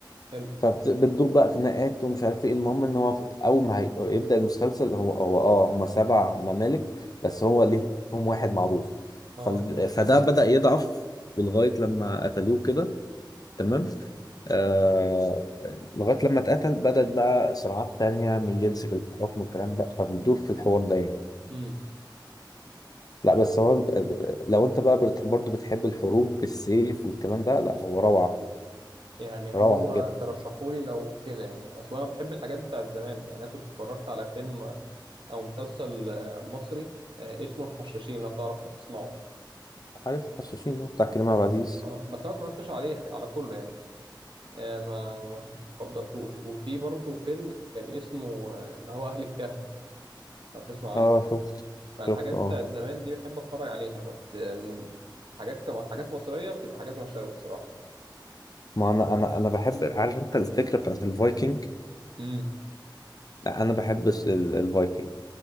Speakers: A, on the right; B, on the left.
A: حلو
B: فبتدور بقى خناقات ومش عارف ايه المهم ان هو في- اول ما هي- يبدأ المسلسل هو هو اه هم سبع ممالك بس هو ليهم واحد معروف
A: اه
B: فال- فده بدأ يضعف لغاية لما قتلوه كده تمام آه لغاية لما اتقتل بدأت بقى صراعات تانية من اللي يمسك الحكم والكلام ده فبيدور في الحوار ده يعني
A: امم
B: لا بس هو ال- لو انت بقى بت- برضه بتحب الحروب بالسيف والكلام ده لا هو روعة
A: يعني
B: روعة
A: هو
B: بجد
A: ترشحولي لو كده يعني أصلا أنا بحب الحاجات بتاعت زمان يعني أنا كنت اتفرجت على فيلم أو مسلسل آه، مصري آه، اسمه الحشاشين لو تعرف تسمعه
B: عارف الحشاشين ده بتاع كريم عبد العزيز
A: اه بس أنا ما اتفرجتش عليه على كله يعني آه، ما ما فضلتوش وفي برضه فيلم كان اسمه آه، اللي هو أهل الكهف لو تسمع
B: اه
A: عنه
B: شفت
A: فالحاجات
B: شفت اه
A: بتاعت زمان دي بحب اتفرج عليها بس من حاجات كما حاجات مصرية بتبقى حاجات وحشة أوي الصراحة يعني
B: ما انا انا انا بحب عارف انت الفكره بتاعت الفايكنج
A: امم
B: لا، انا بحب الس- ال- الفايكنج